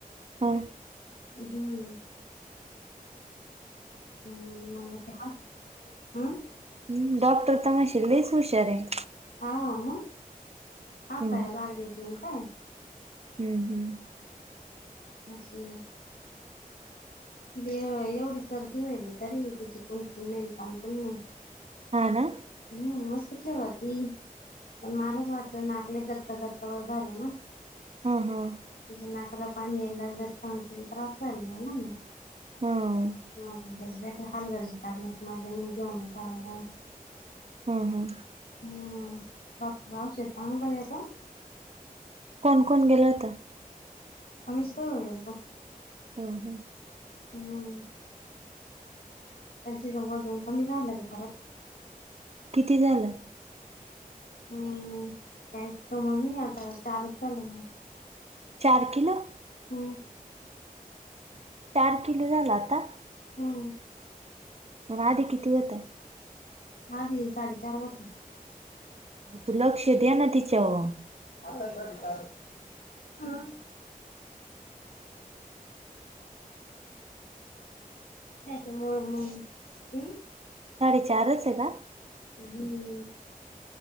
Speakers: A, on the right (about 45°); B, on the left (about 80°).
A: हा
B: हम्म <unintelligible> हं
A: हम् डॉक्टर तर मशल लई हुशार आहे.
B: हा मग
A: हम्म
B: हसाय लाग देत काय.
A: हम्म हम्
B: अशी तिले एवढी सर्दी व्हाली तरी तिची कुणकुण नाही कानकुण नाही.
A: हा ना.
B: हम्म मस्त खेळवती. पण मलाच वाटलं नाकले गच्च गच्चा व झालं ना
A: हा हा.
B: तिच्या नाकाला पाणी यायला लागलं त त्रास व्हायला लागला नाग.
A: हम.
B: मग त्याची ब हालगर्जी करण्यात मज्या नाही घेऊनच जावं लागल.
A: हम हम.
B: डॉक्टर औषध चांगलं देतो.
A: कोण कोण गेल होता.
B: आम्हीच दोघं गेल तो.
A: हम हम.
B: हम. पण तिचं वजन कमी झालं ग परत.
A: किती झालं.
B: हम्म काय तो म्हणे आता चारच झालं म्हण.
A: चार किलो.
B: हम.
A: चार किलो झाल आता.
B: हमं.
A: मग आधी किती होत.
B: आधी साडेचार होत.
A: तू लक्ष द्या ना तिच्यावर.
B: आतास विचार <unintelligible> त्याच्यामुळे मग हम्.
A: साडे चार च येका.
B: हम्म.